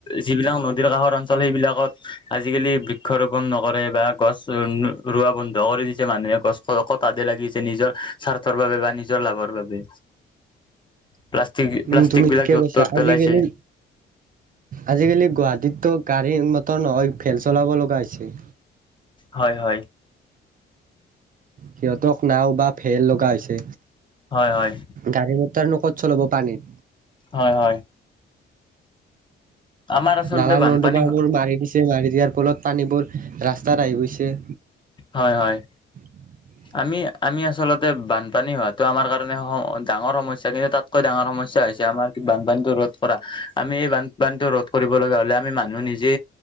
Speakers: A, on the left (about 25°); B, on the right (about 45°).
A: যিবিলাক নদীৰ কাষৰ অঞ্চল সেইবিলাকত আজিকালি বৃক্ষ ৰোপন নকৰে বা গছ ৰোৱা বন্ধ কৰি দি মানুহে গছ কটাতে লাগিছে নিজৰ স্বাৰ্থৰ বাবে বা নিজৰ লাভৰ বাবে প্লাষ্টিক
B: উম
A: প্লাষ্টিক
B: তুমি
A: বিলাক
B: ঠিকে
A: য'ত
B: কৈছা
A: ত'ত
B: আজিকালি
A: পেলাইছে
B: আজিকালি গুৱাহাটীতত গাড়ী মটৰ নহয় ফেল চলাব লগা হৈছে
A: হয় হয়
B: সিহঁতক নাও বা ফেল লগা হৈছে
A: হয় হয়
B: গাড়ী মটৰ নো ক'ত চলাব পানীত
A: হয় হয় আমাৰ আচলতে
B: নালা
A: বানপানী
B: নৰ্দমাবোৰ মাৰি দিছে মাৰি দিয়াৰ ফলত পানী বোৰ ৰাস্তাত আহি গৈছে
A: হয় হয়
B: <unintelligible>
A: আমি আমি আচলতে বানপানী হোৱাটো আমাৰ কাৰণে ডাঙৰ সমস্যা কিন্তু তাত কৈ ডাঙৰ সমস্যা হৈছে আমাৰ বানপানীতো ৰোধ কৰা আমি এই বানপানীটো ৰোধ কৰিব লগা হলে আমি মানুহে নিজে